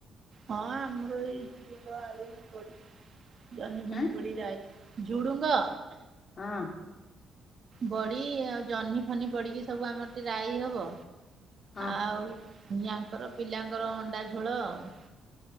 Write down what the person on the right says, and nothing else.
ହଁ ଆମର ଏଇ ଝୁଡୁଙ୍ଗ ଆଳୁ ପଡି ଜହ୍ନି ଫହ୍ନି
ପୋଡି ଯାଏ। ଝୁଡ଼ୁଙ୍ଗ?
ବଡି ଆଉ ଜହ୍ନି ଫହ୍ନି ପଡ଼ିକି ସବୁ ଆମର ଟିକେ ରାଇ ହବ।
ଆଉ ୟାଙ୍କର ପିଲାଙ୍କର ଅଣ୍ଡା ଝୋଳ ଆଉ।